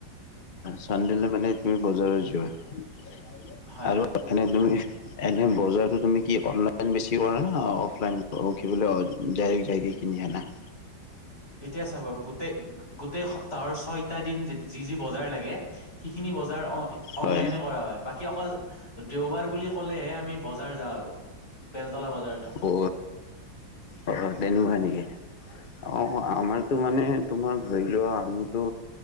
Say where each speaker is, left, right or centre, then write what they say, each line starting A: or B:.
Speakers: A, on the left (about 70°); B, on the left (about 35°).
A: চান্দেলে মানে তুমি বজাৰত যোৱা।
B: হয়
A: আৰু
B: হয়
A: এনে তুমি এনে বজাৰ। তুমি কি অনলাইন বেছি কৰা নহ অফলাইন কিলে বোলে ডাইৰেক্ট যাই কিনে কিনি অনা।
B: এতিয়া চাব গোটেই গোটেই সপ্তাহৰ ছয়টা দিন যি যি বজাৰ লাগে সিখিনি। বজাৰ অনলাইনে
A: হয়
B: কৰা হয় বাকী। অকল দেওবাৰ বুলি ক'লেহে আমি বজাৰ যাওঁ আৰু বেলতলা বজাৰ যাওঁ। <inaudible>
A: অ' অ তেনেকুৱা নেকি অ আমাৰতো মানে তোমাৰ। ধৰি লোৱা আমিতো